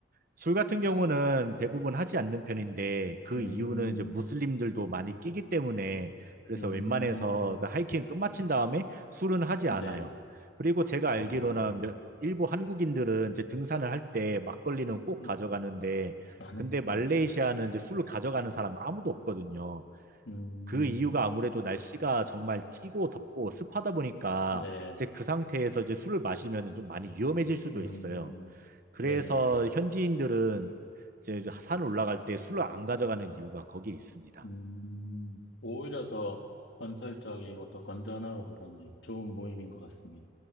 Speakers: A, on the right; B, on the left.
A: 술 같은 경우는 대부분 하지 않는 편인데 그
B: 음,
A: 이유는 이제 무슬림들도 많이 끼기 때문에 그래서
B: 음,
A: 웬만해서 하이킹 끝마친 다음에 술은 하지
B: 네.
A: 않아요. 그리고 제가 알기로는
B: 아, 네.
A: 몇- 일부 한국인들은 이제 등산을 할 때 막걸리는 꼭
B: 음,
A: 가져가는데
B: <laughs>
A: 근데 말레이시아는
B: 네네.
A: 이제 술을 가져가는 사람 아무도 없거든요.
B: 음,
A: 그 이유가 아무래도 날씨가 정말 찌고 덥고 습하다 보니까
B: 네,
A: 이제 그 상태에서 이제 술을 마시면 좀 많이 위험해질 수도
B: 음,
A: 있어요. 그래서
B: 네네네.
A: 현지인들은 이제 저산 올라갈 때 술을 안 가져가는 이유가 거기에 있습니다.
B: 음, 오히려 더 건설적이고 더 건전하고 그러네. 좋은 모임인 것 같습니다.